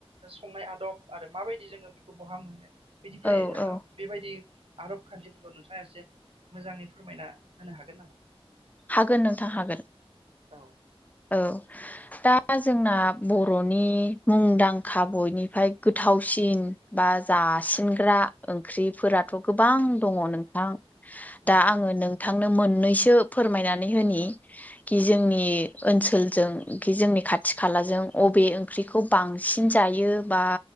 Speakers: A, on the right; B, on the left.
A: संनाय आदब आरो माबायदि जोङो बेखौ बहा मोनो बेनिफ्राय
B: औ औ
A: बेबायदि आरब खान्थिफोरखौ नोंथाङा एसे मोजाङै फोरमायना होनो हागोन नामा
B: हागोन नोंथां हागोन
A: औ
B: औ दा जोंना बर'नि मुंदांखा बयनिफ्राय गोथावसिन बा जासिनग्रा ओंख्रिफोराथ' गोबां दङ नोंथां
A: औ
B: दा आङो नोंथांनो मोननैसो फोरमायनानै होनि कि जोंनि ओनसोलजों खि जोंनि खाथि खालाजों अबे ओंख्रिखौ बांसिन जायो बा